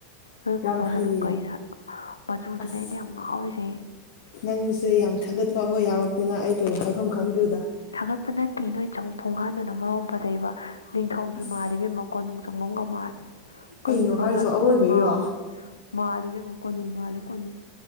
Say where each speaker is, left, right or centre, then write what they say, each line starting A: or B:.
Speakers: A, on the left; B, on the left.
A: ꯅꯣꯏ ꯈꯨꯕꯁꯨ
B: ꯌꯥꯝ ꯐꯩꯌꯦ
A: ꯑꯗꯨ ꯀꯩꯅ ꯃꯆꯨꯗꯨꯅꯦ
B: ꯑꯁ
A: ꯑꯩꯅ ꯌꯥꯝ ꯉꯥꯎꯔꯤꯁꯦ
B: ꯅꯪꯁꯦ ꯌꯥꯝ ꯊꯥꯒꯠꯄ ꯑꯃ ꯌꯥꯎꯔꯛꯇꯅ ꯑꯩ ꯀꯩ ꯍꯥꯏꯐꯝ ꯈꯪꯗ꯭ꯔꯤꯗ
A: ꯊꯥꯒꯠꯄ ꯅꯠꯇꯦ ꯅꯣꯏ ꯆꯪ ꯊꯣꯡꯒꯥꯟꯗꯨꯅ ꯃꯔꯣꯡ ꯐꯖꯩꯕ ꯅꯤꯡꯊꯧꯒꯤ
B: ꯑꯁ
A: ꯃꯥꯕꯤ ꯃꯀꯣꯟ ꯅꯨꯡ ꯆꯪꯉ ꯉ ꯃꯥꯂꯦ ꯀꯔꯤ
B: ꯀꯩꯅꯣ
A: ꯐꯖꯠꯅꯣ
B: ꯍꯥꯏꯔꯤꯁꯣ ꯑꯋꯣꯏꯕꯩꯔꯣ
A: ꯉꯥꯎꯔꯦ ꯃꯥꯜꯂꯤ ꯀ ꯀꯣꯅꯨꯡ ꯃꯥꯜꯂꯦ ꯀꯣꯅꯨꯡ